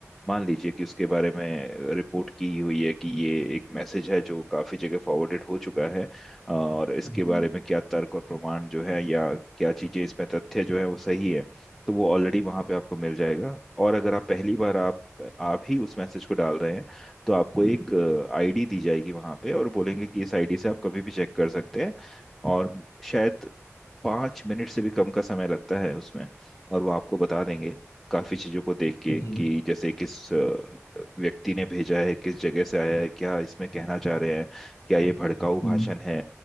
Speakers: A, in the centre; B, on the left.
A: मान लीजिए कि उसके बारे में रिपोर्ट की हुई है कि ये एक मैसेज है जो काफी जगह फॉरवर्डेड हो चुका है और इसके
B: हम्म,
A: बारे में क्या तर्क और प्रमाण जो है या क्या चीजें इसमें तथ्य जो है वो सही है तो वो ऑलरेडी वहाँ पे आपको मिल जाएगा और अगर आप पहली बार आप आप ही उस मैसेज को डाल रहे हैं तो आपको एक आईडी दी जाएगी वहाँ पे और बोलेंगे कि इस आईडी से आप कभी भी चेक कर सकते हैं और शायद पाँच मिनट से भी कम का समय लगता है उसमें और वो आपको बता देंगे काफी चीजों को देख के
B: जी
A: कि जैसे किस अ, व्यक्ति ने भेजा है किस जगह से आया है क्या इसमें कहना चाह रहे हैं क्या ये भड़काऊ भाषण
B: हम्म
A: है